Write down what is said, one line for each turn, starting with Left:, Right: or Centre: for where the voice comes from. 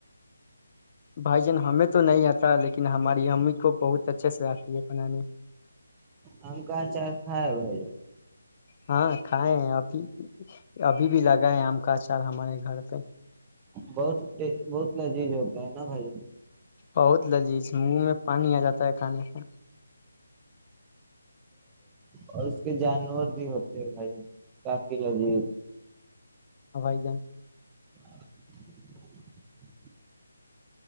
Left: بھائی جان ہمیں تو نہیں آتا لیکن ہماری امی کو بہت اچھے سے آتی ہے بنانے
Right: ہمم کا اچار کائے بائی جا
Left: ہاں کھیں ابھی ابھی بھی لگا ہے آم کا اچار ہمارے گھر <unintelligible>
Right: بہت بہت لذیذ ہوتا ہے نا بھائی ج
Left: بہت لذیذ منہ میں پانی آ جاتا ہے کھانے سے
Right: اور اس کے جانور بھی ہوتے ہیں بھائی کافی لذیذ
Left: ہاں بھائی جان <unintelligible>
Right: <inaudible>